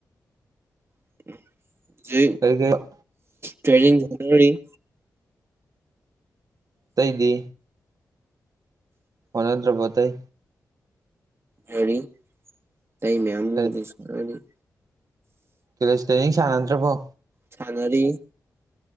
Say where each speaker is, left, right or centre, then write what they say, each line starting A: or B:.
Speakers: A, on the right; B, on the right.
A: <unintelligible>
B: ꯀꯩ ꯀꯩ ꯑꯣ
A: ꯇ꯭ꯔꯦꯗꯤꯡ <unintelligible>
B: ꯑꯇꯩꯗꯤ ꯍ‌ꯣꯠꯅꯗꯔꯕ‌ꯣ ꯑꯇꯩ
A: ꯌꯥꯔꯤ ꯇꯩ ꯃꯌꯥꯝ <unintelligible>
B: ꯀꯔꯤ ꯀꯦꯔꯣꯁ ꯇꯦꯅꯤꯡ ꯁꯥꯟꯅꯗ꯭ꯔꯕꯣ
A: ꯁꯥꯟꯅꯔꯤ